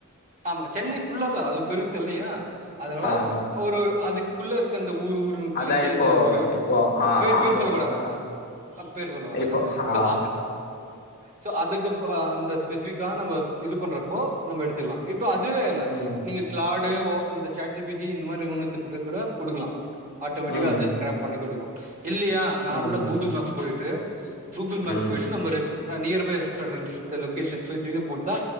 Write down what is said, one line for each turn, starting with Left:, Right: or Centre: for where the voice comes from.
Right: ஆமா சென்னை ஃபுல்லால அது பெருசில்லயா அதனால
Left: ஆ ஆமா
Right: ஒரு அதுக் குள்ளருக்க அந்த ஊர் ஊர்னு இருக்கில்லயா
Left: அதா
Right: சின்ன
Left: இப்போ
Right: சின்ன ஊரு
Left: இப்போ ஆ
Right: பேர்
Left: ஆம்பத்தூர்னா
Right: பேர் சொல்ல கூடா அ பேர் சொல்லவேணா
Left: இப்போ ஆ
Right: ஸோ
Left: ஓகே
Right: ஸோ அதுக்கு பொ அந்த ஸ்பெசிஃபிக்கா நம்ம இது பண்றப்போ நம்ம எடுத்துக்லா இப்ப அதுவே இல்ல
Left: ம்
Right: நீங்க கிளாடு ஓ இந்த சாட் ஜி பி டி இந்த மாரி நிறுவனத்துக்கிட்டகூட குடுக்லா ஆட்டோமெட்டிக்கா
Left: ம்
Right: அதே ஸ்க்ராப்
Left: ம்
Right: பண்ணி குடுக்கு இல்லயா நார்மலா
Left: ம்
Right: கூகுள் மேப் போய்ட்டு கூகுள் மேப்
Left: ம்
Right: போய்ட்டு நம்ப ரெஸ்ட் ஆ நியர் பை ரெஸ்டாரண்ட்ஸ் இந்த லொகேஷன் ஸ்பெசிஃபிகா குட்த்தா